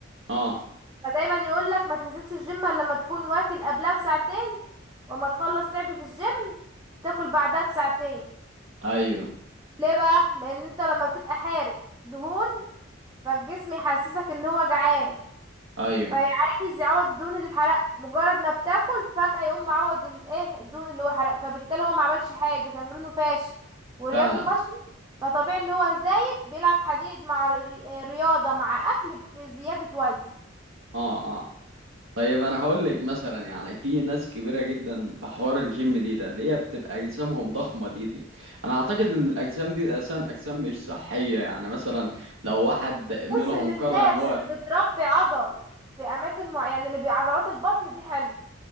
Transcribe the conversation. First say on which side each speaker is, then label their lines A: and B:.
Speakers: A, on the right; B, on the right.
A: اه
B: فدايما يقول لك ما تنزلش الجيم الا لما تكون واكل قبلها بساعتين وما تخلص لعب في الجيم تاكل بعدها بساعتين
A: ايوه
B: ليه بقى لان انت لما بتبقى حارق دهون فالجسم يحسسك ان هو جعان
A: ايوه
B: فعايز يعوض الدهون اللي اتحرق مجرد ما بتاكل فجأة يقوم معوض الايه الدهون اللي هو حرق فبالتالي هو ما عملش حاجة تمرينه فاشل ورياضته
A: فعلا
B: فاشلة فطبيعي ان هو زايد بيلعب حديد مع ري- رياضة مع اكل في زيادة وزن
A: اه اه طيب انا هقول لك مثلا يعني في ناس كبيره جدا في حوار الجيم دي ده اللي هي بتبقى اجسامهم ضخمه دي دي انا اعتقد ان الاجسام دي اصلا اجسام مش صحيه يعني مثلا لو واحد منهم
B: بص للناس
A: قرر ان هو
B: اللي بتربي عضل في اماكن معينة اللي بعضلات البطن دي حلو